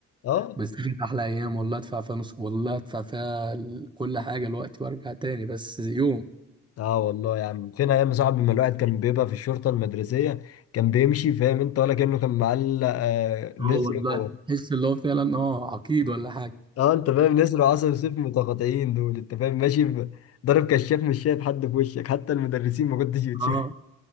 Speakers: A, on the left; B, on the right.
A: اه
B: بس دي كانت احلى ايام والله ادفع فيها نص والله ادفع فيها ال- كل حاجه دلوقتي وارجع تاني بس يوم
A: اه والله يا عم فين ايام يا صاحبي ما الواحد كان بيبقى في الشرطه المدرسيه كان بيمشي فاهم انت ولا كانه كان معلق آه نسر
B: اه والله
A: و...
B: تحس اللي هو فعلا اه عقيد ولا حاجه
A: اه انت فاهم نسر وعسل وسيف متقاطعين دول انت فاهم ماشي ب... ضارب كشاف مش شايف حد في وشك حتى المدرسين ما كنتش بتشوف
B: اه